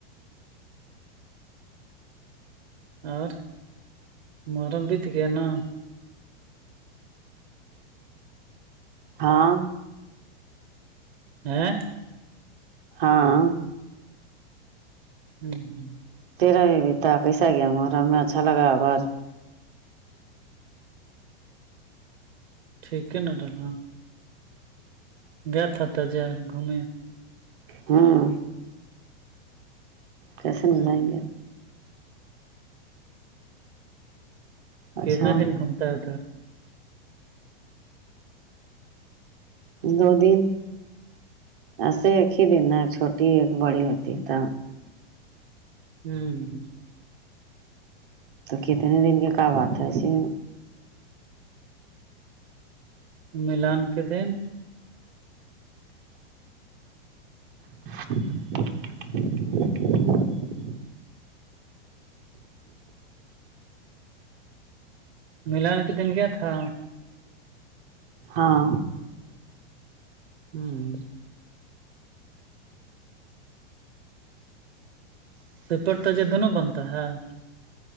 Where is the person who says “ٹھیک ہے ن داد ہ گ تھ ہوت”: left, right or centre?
Right